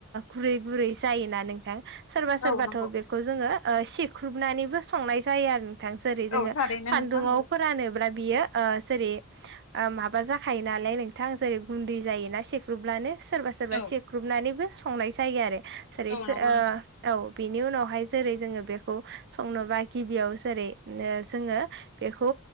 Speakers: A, on the right; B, on the left.
A: गुरै गुरै जायोना नोंथां। सोरबा सोरबाथ'
B: औ नंगौ
A: बेखौ जोङो सेख्रुबनानैबो संनाय जायो आरो बिथां सेरै जोङो
B: औ थारैनो
A: सान्दुङाव
B: नोंथां औ
A: फोरानोब्ला बियो जेरै माबा जाखायो नालाय नोंथां जेरै गुन्दै जायोना सेख्लुब्लानो सोरबा सोरबा
B: औ
A: सेख्रुबनानैबो संनाय जायो आरो जेरै
B: औ नंगौ नोंथां
A: औ बिनि उनावहाय जेरै जोङो बेखौ संनोबा गिबियाव जेरै जोङो। बेखौ